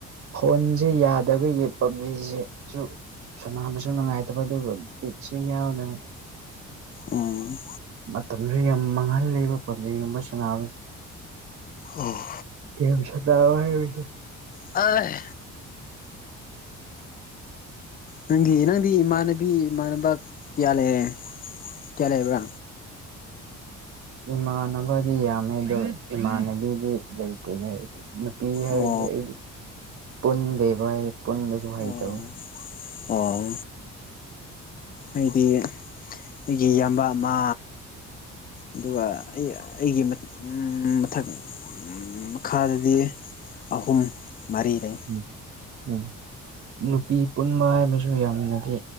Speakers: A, on the right; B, on the left.
A: ꯐꯣꯟꯖꯦ ꯌꯥꯗꯕꯒꯤ ꯄꯕꯤꯖꯤ ꯁꯦꯁꯨ ꯁꯣꯅꯥꯕꯁꯨ ꯅꯨꯡꯉꯥꯏꯇꯕ ꯑꯗꯨꯒ ꯕꯤꯠꯁꯨ ꯌꯥꯎꯗꯕ
B: ꯎꯝ
A: ꯃꯇꯝꯁꯨ ꯌꯥꯝ ꯃꯥꯡꯍꯂꯕ ꯄꯕꯖꯤꯒꯨꯝꯕ ꯁꯅꯥꯕꯁꯦ
B: ꯑꯣ
A: ꯒꯦꯝ ꯁꯅꯧꯋꯣ ꯍꯥꯏꯕꯅꯤ
B: ꯑꯥꯏ ꯅꯪꯒꯤ ꯅꯪꯗꯤ ꯏꯃꯥꯟꯅꯕꯤ ꯏꯃꯥꯟꯅꯕ ꯀꯌꯥ ꯂꯩꯔꯦ ꯀꯌꯥ ꯂꯩꯕ꯭ꯔꯥ
A: ꯏꯃꯥꯟꯅꯕꯗꯤ ꯌꯥꯝꯃꯦ ꯑꯗꯣ ꯏꯃꯥꯟꯅꯕꯤꯗꯤ ꯂꯩꯇꯦꯗ ꯑꯩꯗꯤ ꯅꯨꯄꯤ ꯍꯥꯏꯕꯁꯦ
B: ꯑꯣ
A: ꯑꯩꯗꯤ ꯄꯨꯟꯗꯦꯕ ꯄꯨꯟꯕꯁꯨ ꯍꯩꯇꯕ
B: ꯑꯣ ꯑꯣ ꯑꯩꯗꯤ ꯑꯩꯒꯤ ꯏꯌꯥꯝꯕ ꯑꯃ ꯑꯗꯨꯒ ꯑꯩ ꯑꯩꯒꯤ ꯃꯊꯛ ꯃꯈꯥꯗꯗꯤ ꯑꯍꯨꯝ ꯃꯔꯤ ꯂꯩ
A: ꯎꯝ ꯎꯝ ꯅꯨꯄꯤ ꯄꯨꯟꯕ ꯍꯥꯏ ꯑꯃꯁꯨ ꯌꯥꯝꯅꯗꯤ